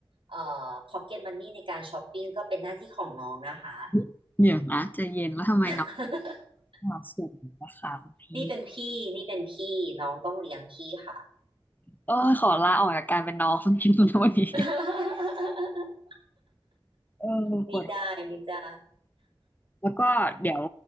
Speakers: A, on the right; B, on the left.
A: เอ่อพ็อกเก็ตมันนี่ในการช้อปปิ้งก็เป็นหน้าที่ของน้องนะคะ
B: <laughs> เนี่ยนะใจะเย็นแล้วทำไม
A: <laughs>
B: มาสูงนะคะคุณพี่
A: นี่เป็นพี่นี่เป็นพี่น้องต้องเลี้ยงพี่ค่ะ
B: เออขอลาออกจากการเป็นน้อง <laughs> คนนี้นะวันนี้
A: <laughs>
B: เออปวด
A: ไม่ได้ไม่ได้
B: หัวแล้วก็เดี๋ยว